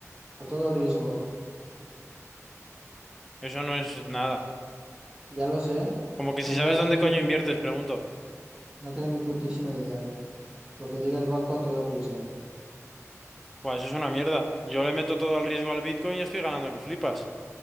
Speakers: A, on the right; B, in the centre.
A: a todo riesgo.
B: Eso no es nada.
A: Ya lo sé.
B: Como que
A: A
B: si
A: mí
B: sabes
A: la madre
B: dónde
A: me dijo,
B: coño inviertes, pregunto.
A: no tengo ni putísima idea. Lo que diga el banco a todo riesgo.
B: Pues eso es una mierda. Yo le meto todo al riesgo al Bitcoin y estoy ganando que flipas.